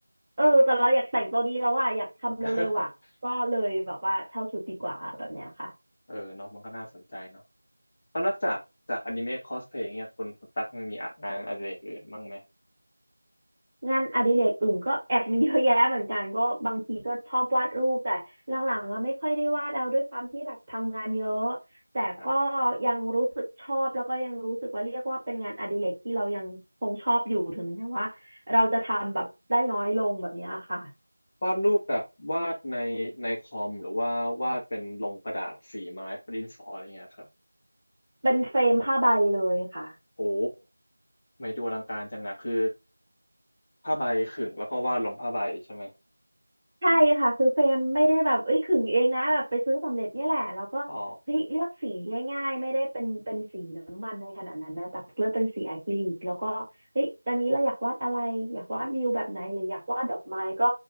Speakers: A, on the right (about 15°); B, on the left (about 20°).
A: เออแต่เราอยากแต่งตัวนี้แล้วว่าอะอยากทำเร็วๆอ่ะก็เลยแบบว่าเช่าชุดดีกว่าแบบเนี้ยค่ะ
B: <laughs> เออเนาะมันก็น่าสนใจเนาะ แล้วนอกจากจากอนิเมะคอสเพลย์เนี่ยคุณคุณตั๊กมันมีอ่านงานอดิเรกอื่นบ้างไหม
A: งานอดิเรกอื่นก็แอบมีเยอะแยะเหมือนกันก็บางทีก็ชอบวาดรูปแต่หลังๆก็ไม่ค่อยได้วาดแล้วด้วยความที่แบบทำงานเยอะแต่ก็
B: ครับ
A: ยังรู้สึกชอบแล้วก็ยังรู้สึกว่าเรียกว่าเป็นงานอดิเรกที่เรายังคงชอบอยู่ถึงแม้ว่าเราจะทำแบบได้น้อยลงแบบเนี้ยค่ะ
B: วาดรูปแบบวาดในในคอมหรือว่าวาดเป็นลงกระดาษสีไม้ประดินสออะไรเงี้ยครับ
A: เป็นเฟรมผ้าใบเลยค่ะ
B: โอ้ไม่ดูอลังการจังอะคือผ้าใบขึงแล้วก็วาดลงผ้าใบใช่ไหม
A: ใช่ค่ะคือเฟรมไม่ได้แบบเอ้ยขึงเองนะแบบไปซื้อสำเร็จเนี่ยแหละแล้วก็เฮ้ยเลือกสีง่ายๆไม่ได้เป็นเป็นสีน้ำมันในขนาดนั้นนะแต่เลือกเป็นสีอะคริลิกแล้วก็เฮ้ยตอนนี้เราอยากวาดอะไรอยากวาดวิวแบบไหนหรืออยากวาดดอกไม้ก็
B: อ๋อ